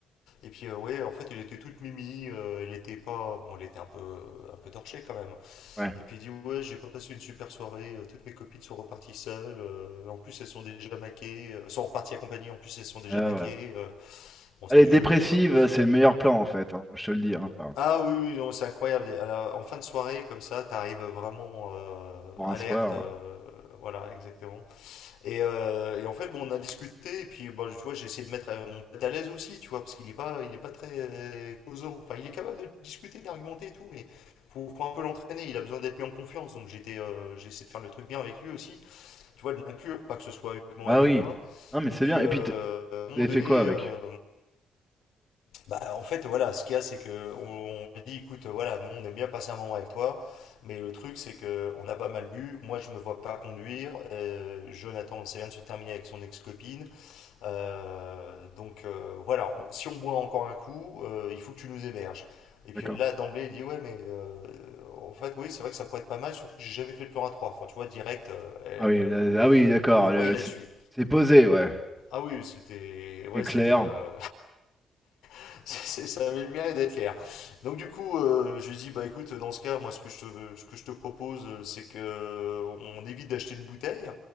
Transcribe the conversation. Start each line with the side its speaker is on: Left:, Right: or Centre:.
Left: Et puis, euh, ouais, en fait, elle était toute mimi. euh, elle était pas. Bon, elle était un peu, un peu torchée quand même. hein.
Centre: Ouais,
Left: Et puis il dit, ouais, j'ai pas passé une super soirée, euh, toutes mes copines sont reparties seules, euh, en plus elles sont déjà maquées, euh, sont reparties accompagnées, en plus elles sont déjà
Centre: euh,
Left: maquées,
Centre: voilà.
Left: euh, bon c'était
Centre: Allez,
Left: joli
Centre: dépressive,
Left: quoi.
Centre: c'est le meilleur plan en fait. hein. Moi, je te le dis. hein. Enfin,
Left: Ah oui, oui, non, c'est incroyable, À la- en fin de soirée comme ça, t'arrives vraiment euh,
Centre: pour
Left: alerte,
Centre: un soir.
Left: euh,
Centre: euh.
Left: voilà, exactement. Et, euh, et en fait, bon, on a discuté, et puis bon, tu vois, j'ai essayé de mettre euh, mon pote à l'aise aussi, tu vois, parce qu'il n'est pas, il est pas très euh, causant. Enfin, il est capable de discuter, d'argumenter et tout, mais faut, faut un peu l'entraîner, il a besoin d'être mis en confiance. Donc j'étais, euh, j'ai essayé de faire le truc bien avec lui aussi, tu vois, de l'inclure, pas que ce soit uniquement
Centre: Bah
Left: elle
Centre: oui.
Left: et moi.
Centre: Non, mais
Left: Et
Centre: c'est
Left: puis,
Centre: bien. Et
Left: euh,
Centre: puis, t-
Left: à un moment
Centre: vous avez
Left: donné,
Centre: fait quoi avec?
Left: euh, bah, en fait, voilà, ce qu'il y a, c'est que on, on dit, écoute, voilà, nous, on aime bien passer un moment avec toi, mais le truc, c'est que on a pas mal bu. Moi, je me vois pas conduire. euh, Jonathan, ça vient de se terminer avec son ex-copine. euh, donc, euh, voilà, on- si on boit encore un coup, euh, il faut que tu nous héberges. Et puis
Centre: D'accord.
Left: là, d'emblée, il dit, ouais, mais euh, en fait, oui, c'est vrai que ça pourrait être pas mal, surtout que j'ai jamais fait le plan à 3. Enfin, tu vois, direct, euh, elle,
Centre: Ah oui, là-
Left: elle, euh,
Centre: ah oui, d'accord.
Left: elle embraye
Centre: le-
Left: là-dessus.
Centre: C'est c'est posé, ouais.
Left: Ah oui, c'était, ouais,
Centre: C'est clair.
Left: c'était, euh, <laughs> ça avait le mérite d'être clair. Donc du coup, euh, je lui dis, bah écoute, dans ce cas, moi ce que je te, ce que je te propose, euh, c'est que euh, on évite d'acheter une bouteille,